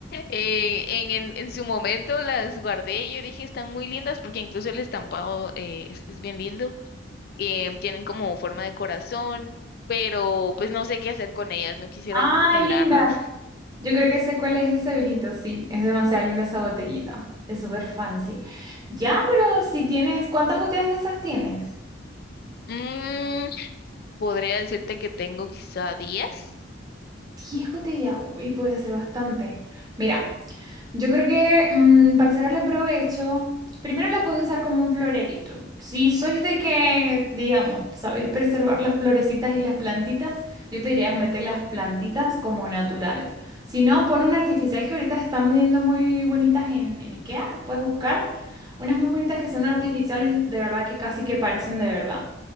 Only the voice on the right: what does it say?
Ay,
linda, Yo creo que sé cuál es ese vinito, sí, es demasiado linda esa botellita, es súper fancy. Ya, pero si tienes, ¿cuántas botellas de esas tienes?
10 botellas, uy, puedes hacer bastante. Mira, Yo creo que mm, para sacarle provecho, primero la puedo usar como un florerito. Si sois de que, digamos, sabéis preservar las florecitas y las plantitas, yo te diría meter las plantitas como naturales. Si no, pon una artificial que ahorita están vendiendo muy bonitas en, en IKEA, puedes buscar unas muy bonitas que son
artificiales, de verdad que casi que parecen de verdad.